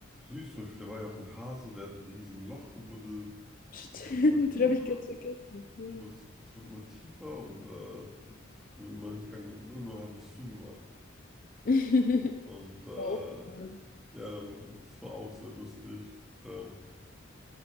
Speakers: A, in the centre; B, on the left.
A: süß. Zum Beispiel, da war ja auch ein Hase, der hat ein riesen Loch gebuddelt.
B: Stimmt,
A: wird immer tiefer
B: den habe ich ganz vergessen. Ja.
A: und es, es wird immer tiefer und äh, wo wir immer hingegangen sind und irgendwann haben die es zugemacht.
B: <laughs>
A: Und äh,
B: War auch geil
A: ja, da- das war auch sehr lustig. Ähm,